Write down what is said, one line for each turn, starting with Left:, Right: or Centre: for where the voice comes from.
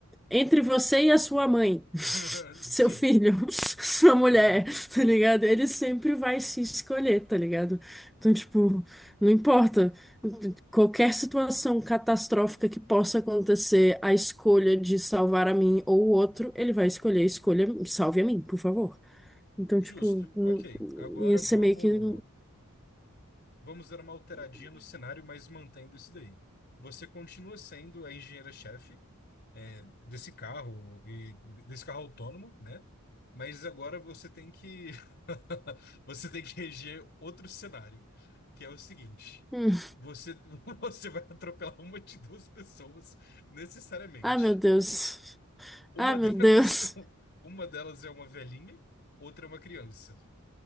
Centre: entre você e a sua mãe, <laughs>
Left: <laughs>
Centre: seu
Left: Sim.
Centre: filho, <laughs> sua mulher,
Left: Uhum.
Centre: tá ligado? Ele sempre vai se escolher, tá ligado? Então, tipo, não importa. Qualquer situação catastrófica que possa acontecer, a escolha de salvar a mim ou o outro, ele vai escolher, escolha, salve a mim, por favor. Então,
Left: Justo.
Centre: tipo, hum,
Left: Ok. Agora
Centre: ia ser
Left: vamos.
Centre: meio que.
Left: Vamos dar uma alteradinha no cenário, mas mantendo isso daí. Você continua sendo a engenheira-chefe, é, desse carro e desse carro autônomo, né? Mas agora você tem que <laughs> você tem que reger outro cenário, que é o seguinte:
Centre: hum,
Left: você <laughs> você vai atropelar uma de duas pessoas necessariamente.
Centre: Ah, meu Deus.
Left: Uma
Centre: Ah, meu
Left: delas
Centre: Deus.
Left: <laughs> uma delas é uma velhinha, outra é uma criança.